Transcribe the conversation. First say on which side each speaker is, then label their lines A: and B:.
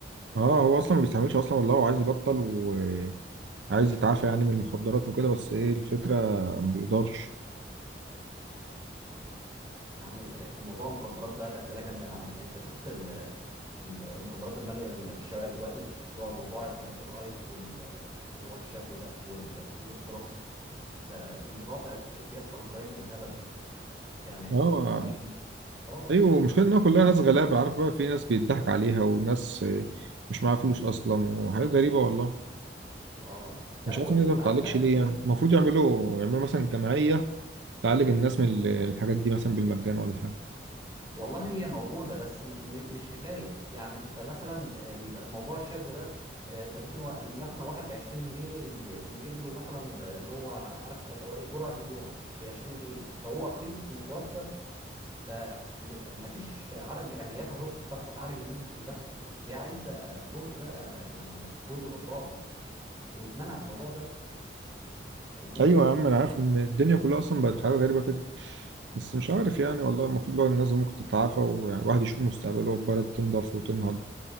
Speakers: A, on the right; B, on the right.
A: اه هو أصلا ما بيستعملش أصلا والله هو عايز يبطل وعايز يتعافى يعني من المخدرات وكده بس إيه الفكرة ما بيقدرش
B: يا عم الموضوع المخدرات ده بهدله جامده يا عم انت شفت ال- ال- المخدرات الماليه الشوارع دلوقتي اللي هو موضوع ال- الايس وال- اللي هو الشابو ده وال- والاستروكس انت الموضوع بقى بي- بيحصل جرائم بالهبل يعني
A: اه
B: خصوصا يعني اه
A: ايوه المشكله انها كلها ناس غلابه عارف بقى في ناس بيضحك عليها وناس آه، مش معاها فلوس اصلا وحاجات غريبه والله
B: اه لا
A: مش
B: هو
A: عارف
B: انت
A: الناس ما بتعالجش
B: عارف بقى اللي
A: ليه
B: هو
A: يعني
B: ايه
A: المفروض يعملوا يعملوا مثلا جمعيه تعالج الناس من ال- الحاجات دي مثلا بالمجان ولا حاجه
B: والله هي موجودة بس م- م- مش كفاية يعني انت مثلا الموضوع الشاب ده آه، انت ممكن وا- مثلا واحد ب 20 جنيه ي- يجيب له مثلا آه، اللي هو عارف انت اللي هو ايه جرعة اليوم ب 20 جنيه فهو رخيص ومتوفر فمفيش عدد جمعيات هتقدر تعالج الناس دي كلها دي عايزة جهد بقى يعني جهد جبار ويتمنع الموضوع ده فاهمني
A: ايوه يا عم انا عارف ان الدنيا كلها اصلا بقت حاجه غريبه كده بس مش عارف يعني والله المفروض لو الناس ممكن تتعافى وواحد يشوف مستقبله والبلد تنضف وتنهض